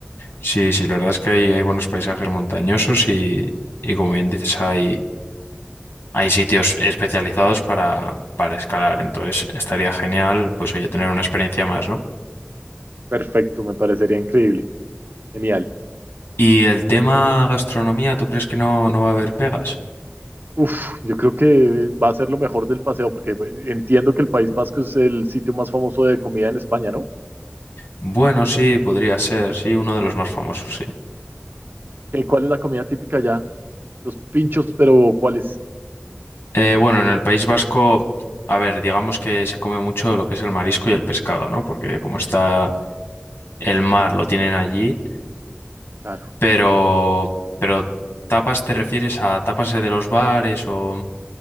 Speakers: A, on the left; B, on the right.
A: Sí, sí, la verdad es que hay, hay buenos paisajes montañosos y, y como bien dices, hay, hay sitios especializados para, para escalar, entonces estaría genial, pues oye, tener una experiencia más, ¿no?
B: Perfecto, me parecería increíble. Genial.
A: Y el tema gastronomía, ¿tú crees que no, no va a haber pegas?
B: Uf, yo creo que va a ser lo mejor del paseo, porque pues, entiendo que el País Vasco es el sitio más famoso de comida en España, ¿no?
A: Bueno, sí, podría ser, sí, uno de los más famosos, sí.
B: ¿Qué- ¿Cuál es la comida típica allá? Los pinchos, pero ¿cuáles?
A: Eh, bueno, en el País Vasco, a ver, digamos que se come mucho lo que es el marisco y el pescado, ¿no? Porque como está el mar lo tienen allí,
B: Claro.
A: pero, pero tapas te refieres a tapas de los bares o...